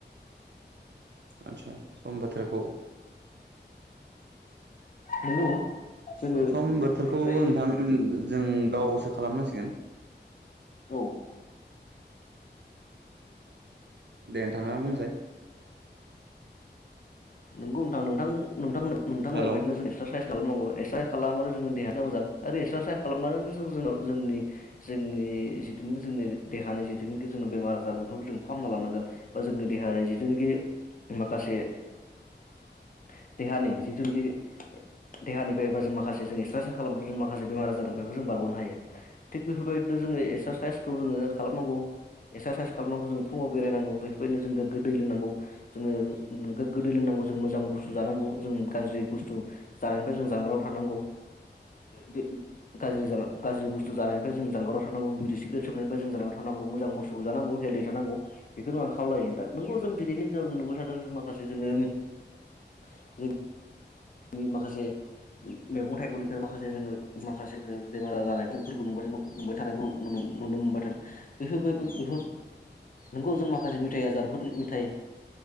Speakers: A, on the right; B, on the left.
A: आदसा सम बोथोरखौ
B: नंगौ
A: <inaudible>
B: जोङो
A: स-सम बोथोरखौ
B: बेफोरबाय
A: नोंथां जों गावसो खालामनांसि गोन
B: औ
A: दे नोंथाङा बुंसाय?
B: नोंगौ नोंथां नोंथां नोंथांमोन
A: हेलौ
B: बेबायदिनो जों एक्सासाइस खालामनांगौ एक्सा खालाम आरो जोंनि देहखौ मोजां आरो एक्सारसाइस खालामनानैनो जो-जो-जोङो जोंनि जोंनि जिथुनिखि जोंनि देहानि जिथुनिखि जोङो बेमार आजार बेफोरखौ जों फाहामना लानांगोन बा जोंनि देहानि जिथुनिखि माखासे <inaudible> देहानि जिथुनाखि देहानिफ्राय एबा जों माखा माखासे जों एक्सासाइज खालामबाथाय माखासे बेमार आजारनिफ्रायबो जों बारग'नो हायो थिग बेफोरबायदिनो जोङो एक्सारसाइसखौ जोङो खालामनांगौ एक्सारसाइस खालामनांगौ जों फुङाव बेरायनांगौ बेफोरबायदिनो जों गोग्गो दै लोंनांगौ जोङो गोदो लोंनांगौ जों मोजां बुस्थु जानांगौ जों गाज्रि बुस्थु जानायनिफ्राय जों जानगाराव थानांगौ बे गाज्रि गाज्रि बुस्थु जानायनिफ्राय जों जानगाराव थानांगौ बिरि सिग्रेट सोबनायनिफ्राय जों जानगाराव थानांगौ मोजां बुस्थु जानांगौ हेलडि थानांगौ बेखौनो आं खावलायो ना नोंगौ जों दिनैनि दिनाव जों नुबाय थादों जों माखासे जोङो <inaudible> जों नि माखासे मैगं थाइगंनिफ्राय माखासे जोङो माखासे जोङो बेमार आजार जानायखौफोरखौ नुबाय थानायखौ नुनो मोनबाय थों बेफोरबायबो बेफोर नंगौ जों माखासे मिथाइ आजारफोरनि मिथाइ